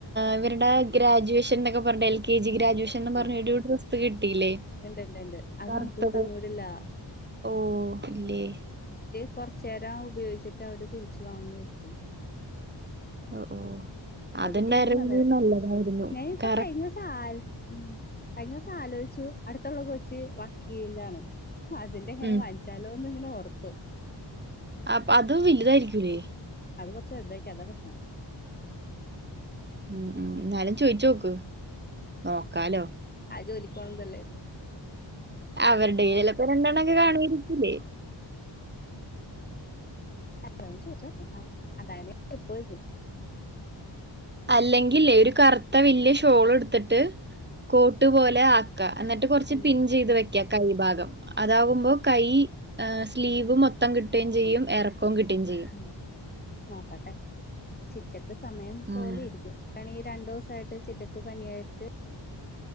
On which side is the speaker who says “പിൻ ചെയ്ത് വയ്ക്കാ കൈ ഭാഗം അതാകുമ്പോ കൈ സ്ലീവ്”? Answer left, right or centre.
Right